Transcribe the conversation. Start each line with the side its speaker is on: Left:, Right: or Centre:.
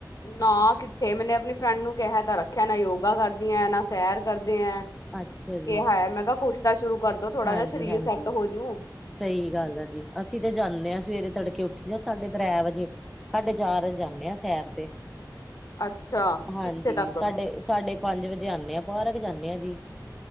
Left: ਨਾ ਕਿੱਥੇ ਮੈਨੇ ਆਪਣੀ ਫਰੈਂਡ ਨੂੰ ਕਿਹਾ ਤਾਂ ਰੱਖਿਆ ਨਾ ਯੋਗਾ ਕਰਦੀਆ ਨਾ ਸੈਰ ਕਰਦੇ ਏ।
Centre: ਅੱਛਾ ਜੀ।
Left: ਕਿਹਾ ਹੈ ਮੈਂ ਕਿਹਾ ਕੁਛ ਤਾ ਸ਼ੁਰੂ ਕਰਦੋ ਥੋੜਾ
Centre: ਹਾਂਜੀ
Left: ਜਹਾ ਸਰੀਰ
Centre: ਹਾਂਜੀ।
Left: ਸੈੱਟ ਹੋਜੂ।
Centre: ਸਹੀ ਗੱਲ ਆ ਜੀ ਅਸੀਂ ਤੇ ਜਾਨੇ ਆ ਸਵੇਰੇ ਤੜਕੇ ਉੱਠੀ ਜਾ ਸਾਡੇ ਤਰੈ ਵਜੇ। ਸਾਡੇ ਚਾਰ ਜਾਨੇ ਹਾਂ ਸੈਰ ਤੇ
Left: ਅੱਛਾ
Centre: ਹਾਂਜੀ
Left: ਕਿੱਥੇ ਤੱਕ
Centre: ਸਾਡੇ ਸਾਡੇ ਪੰਜ ਵਜੇ ਆਨੇ ਆ ਪਾਰਕ ਜਾਨੇ ਆ ਜੀ